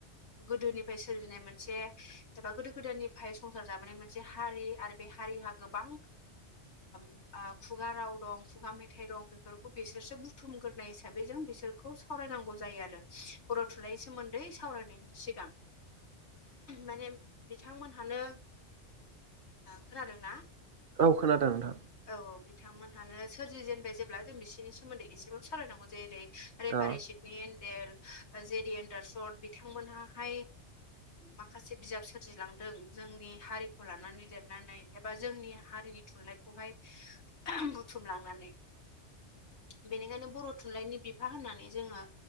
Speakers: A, on the left; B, on the right.
A: गोदोनिफ्राय सोरजिनाय मोनसे एबा गोदो गोदायनिफ्राय संसार जाबोनाय मोनसे हारि आरो बे हारिहा गोबां खुगा राव दं खुगा मेथाइ दं बेफोरखौ बिसोरसो बुथुमग्रोनाय हिसाबै जों बिसोर खौ सावरायनांगौ जायो आरो बर' थुनलाइनि सोमोन्दै सावरायनायनि सिगां माने बिथांमोनहानो खोनादोंना
B: औ खोनादों नोंथां
A: औ बिथांमोनहानो सोरजि जेनबाय जेब्ला जों बिसिनि सोमोन्दै एसेबो सावालायनांगौ जेरै रेफारि
B: औ
A: सिटनि एडेल जेडि एनडारसन बिथांमोनहा माखासे बिजाब सोरजिलांदों जोंनि हारिखौ लानानै लिरनानै एबा जोंनि हारिनि थुनलाइखौ खौहाय बुथुम लांनानै बेनिखायनो बर' थुनलाइनि बिफा होननानै जोङो